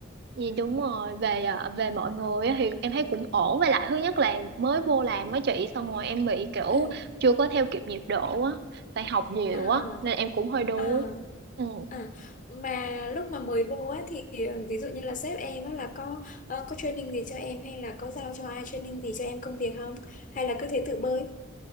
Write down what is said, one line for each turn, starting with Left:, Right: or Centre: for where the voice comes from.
Right: Thì đúng rồi về ờ, về mọi người á thì em thấy cũng ổn với lại thứ nhất là mới vô làm mấy chị xong rồi em bị kiểu
Left: À.
Right: chưa có theo kịp nhịp độ á phải học nhiều
Left: À.
Right: á nên em cũng hơi đuối
Left: À,
Right: ừ
Left: à mà lúc mà mới vô á thì ví dụ như là sếp em á là có ờ, có training gì cho em hay là có giao cho ai training gì cho em công việc không? Hay là cứ thế tự bơi?